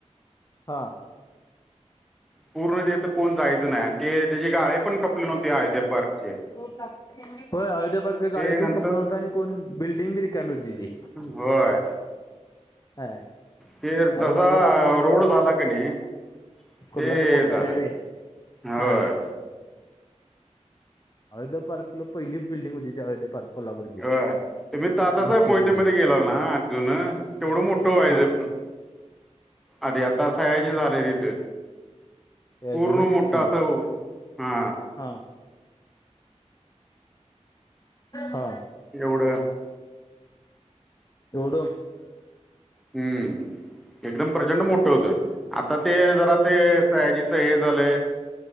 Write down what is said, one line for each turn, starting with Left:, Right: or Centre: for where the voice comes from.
Left: हा
Centre: पूर्ण तेथ कोण जायच नाही. आणि ते त्याचे गाळे पण खपले नव्हते अयोध्ये पार्कचे.
Left: होय अयोध्या पार्कचे
Centre: ते
Left: गाळे बी
Centre: नंतर
Left: खपल नव्हत, आणि कोण बिल्डिंग बी रिकामी होती ती.
Centre: होय
Left: हय
Centre: ते
Left: अहो
Centre: जसा
Left: घाडगे पाटील म्हटल्यावर
Centre: रोड झाला का नाही
Left: कुठला
Centre: ते
Left: तो मोठ
Centre: झालं
Left: हायवे.
Centre: होय
Left: हा अयोध्या पार्कला पहिली बिल्डंग हो ती. अयोध्या पार्क. कोल्हापूरची
Centre: होय तुमी तात्यासाहेब
Left: मोठी
Centre: मोहिते
Left: तेवढी
Centre: मध्ये गेल्याल ना जून. तेवढ मोठ व्हायच.
Left: हा
Centre: अधी, आता सयाजी झाले.
Left: त्याची
Centre: पूर्ण
Left: होतीच
Centre: मोठ्ठ
Left: की
Centre: अस हा
Left: हा हा
Centre: एवढ
Left: एवढ
Centre: हम्म एकदम प्रचंड मोठ होत. आता ते जरा ते सयाजीच हे झालय.